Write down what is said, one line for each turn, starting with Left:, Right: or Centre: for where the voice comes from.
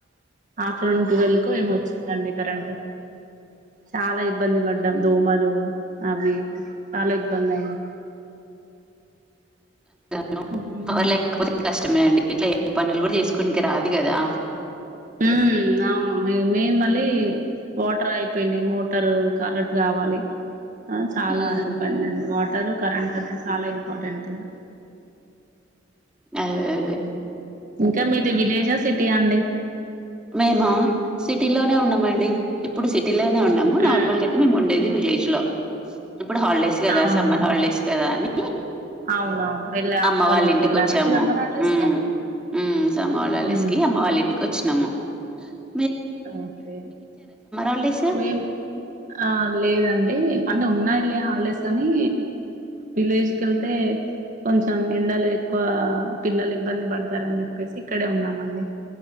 Right: ఆఫ్టర్నూన్ ట్వెల్వ్ కు ఏమో వచ్చిందండి కరెంట్ చాలా ఇబ్బంది పడ్డాం దోమలు అవి చాలా ఇబ్బంది అయింది
Centre: <inaudible>
Right: ఉమ్
Centre: పవర్లేకపోతే కష్టమే అండి ఇట్లా ఏ పనులు కూడా చేసుకుడానికి రాదు కదా
Right: హ్మ్ అవును మెయిన్ మళ్ళీ వాటర్ అయిపోయినాయి మోటారు కరెట్ కావాలి చాలా
Centre: హ్మ్
Right: ఇబ్బంది అండి వాటరు కరెంట్ అది చాలా ఇంపార్టెంట్ థింగ్
Centre: అదే అదే
Right: ఇంకా మీది విలేజా సిటీ అండి
Centre: మేమ సిటీ లోనే ఉన్నామ అండి ఇప్పుడు సిటీ లనే ఉన్నాము
Right: ఉమ్.
Centre: నార్మల్గా అతే మేము ఉండేది వీల జ్లో ఇప్పుడు హాలిడేస్ గదా
Right: ఆహా
Centre: సమ్మర్ హాలిడేస్ గదా అని
Right: అవునవును వెళ్ళ
Centre: అమ్మ వాళ్ళ ఇంటికి
Right: వెళ్ళారండి
Centre: వచ్చాము
Right: సమ్మర్ హాలిడేస్
Centre: ఉమ్
Right: కి
Centre: ఉమ్ సమ్మర్ హాలిడేస్కి
Right: ఉమ్.
Centre: అమ్మ వాళ్ళ ఇంటికి వచ్చినాము. సు
Right: ఓకే
Centre: హాలిడేస్?
Right: మేము ఆ లేదండి అంటే ఉన్నాయి వెళ్ హాలిడేస్ అని విలేజ్ క వెళ్తే కొంచెం ఎండలు ఎక్కువ పిల్లలు ఇబ్బంది పడతారని చెప్పేసి ఇక్కడే ఉన్నామండి